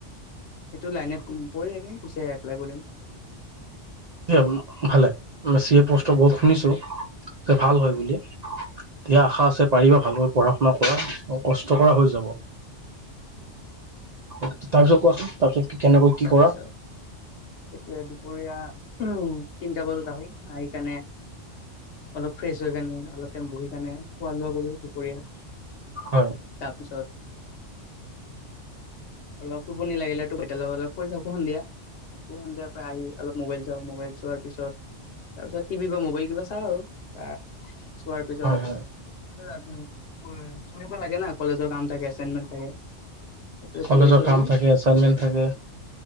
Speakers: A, on the left (about 70°); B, on the right (about 45°).
A: সেইটো লাইনে পঢ়ি থাকিম পিছে এপ্লাই কৰিম।
B: দিয় ভালে চি এ পষ্টৰ বহুত শুনিছোঁ যে ভাল
A: উম
B: হয়
A: হম।
B: বুলি দিয়া আশা আছে পাৰিবা ভালকৈ পঢ়া- শুনা কৰা কষ্ট কৰা হৈ যাব।
A: <inaudible>
B: তাৰপিছত কোৱাচোন তাৰপিছত? কি কেনেকৈ কি
A: তাৰপিছত
B: কৰা
A: এইটোয়ে দুপৰীয়া উম, তিনটা বজাত আহো আহিকেনে অলপ ফ্ৰেছ হৈ কেনে অলপ টাইম বহি কেনে খোৱা -লোৱা কৰিলো দুপৰীয়াৰ।
B: হয়
A: তাৰপিছত অলপ টোপনি লাগিলে <unintelligible> ফুৰি থাকো সন্ধিয়া। আকৌ সন্ধিয়াৰ পৰাই আহি অলপ মোবাইল চাওঁ মোবাইল চোৱাৰ পিছত তাৰপিছত টিভি বা মোবাইল কিবা চাওঁ আৰু আহ চোৱাৰ পিছত
B: হয় হয়
A: <unintelligible> শুনিব লাগে না কলেজৰ কাম থাকে, এচাইনমেন্ট থাকে। ত'
B: কলেজৰ
A: পঢ়ি - চঢ়ি
B: কাম থাকে এচাইনমেন্ট থাকে